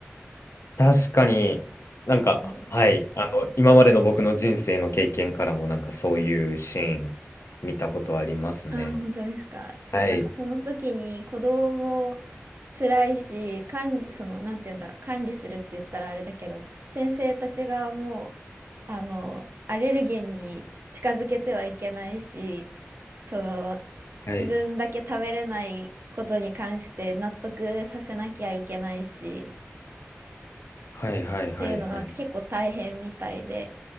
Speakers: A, on the left; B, on the right.
A: 確かになんか、
B: そう。
A: はい、あの、今までの僕の人生の経験からもなんかそういうシーン見たことありますね。
B: あ、本当ですか。そう、
A: はい、
B: なんかその時に子供も辛いし、管理、その、なんて言うんだろう、管理するって言ったらあれだけど、先生たちがもう、あの、アレルゲンに近づけてはいけないし、その、
A: はい、
B: 自分だけ食べれないことに関して納得させなきゃいけないし、
A: はいはいはいはい、
B: っていうのがなんか結構大変みたいで、